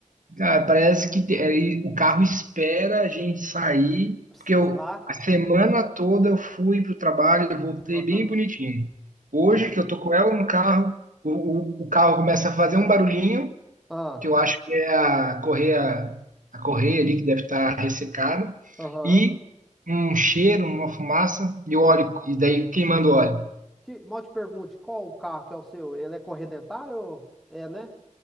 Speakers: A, on the right (about 80°); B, in the centre.
A: Cara, parece que te- aí o carro espera a gente sair,
B: Precisar.
A: porque eu, a semana toda eu fui pro trabalho, e voltei
B: Aham.
A: bem bonitinho. Hoje
B: Aham.
A: que eu tô com ela no carro, o, o, o carro começa a fazer um barulhinho.
B: Ah,
A: que eu acho que é a correia, a correia ali que deve estar ressecada,
B: aham.
A: e um cheiro, uma fumaça e o óleo,
B: O
A: e daí queimando o óleo.
B: Que, mal te pergunte, qual o carro que é o seu? Ele é corredentário? ou- É, né?